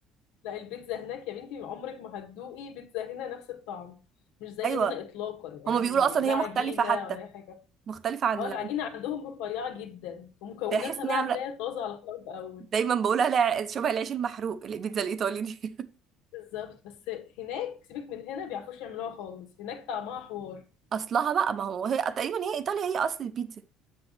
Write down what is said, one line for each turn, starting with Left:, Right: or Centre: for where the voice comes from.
Left: لا البيتزا هناك يا بنتي عمرك ما هتدوقي بيتزا هنا نفس الطعم مش زي
Right: ايوه
Left: هنا اطلاقا يعني
Right: هما بيقولوا اصلا
Left: لا
Right: هي
Left: عجينة
Right: مختلفه حتى
Left: ولا اي حاجة
Right: مختلفة عن
Left: اه العجينة عندهم رفيعة جدا ومكوناتها
Right: بحس اني
Left: بقى
Right: عامله
Left: هتلاقي طازة على طول اول
Right: دايما بقولها لع- شبه العيش المحروق البيتزا الايطالي دي <laughs>
Left: بالظبط بس هناك سيبك من هنا بيعرفوش يعملوها خالص هناك طعمها حوار
Right: اصلها بقى ما هو هي تقريبا هي ايطاليا هي اصل البيتزا